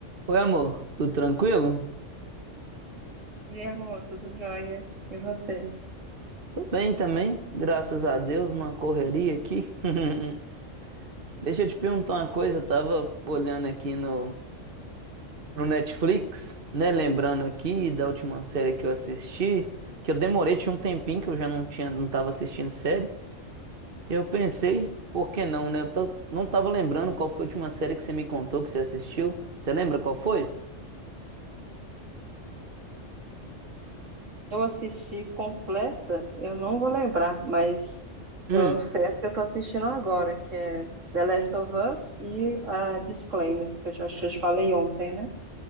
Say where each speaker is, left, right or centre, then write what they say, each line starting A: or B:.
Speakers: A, on the right; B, on the right.
A: Oi, amor, tudo tranquilo?
B: E amor, tudo jóia? E você?
A: Tô bem também, graças a Deus, numa correria aqui. <laughs> Deixa eu te perguntar uma coisa, eu tava olhando aqui no, no Netflix, né? Lembrando aqui da última série que eu assisti, que eu demorei, tinha um tempinho que eu já não tinha, não tava assistindo série. E eu pensei, por que não, né? Eu tô- não tava lembrando qual foi a última série que você me contou que você assistiu. Você lembra qual foi?
B: Eu assisti completa, eu não vou lembrar, mas
A: Hum,
B: eu sei essa que eu tô assistindo agora, que é The Last of Us e a Disclaimer, que eu já- acho que eu te falei ontem, né?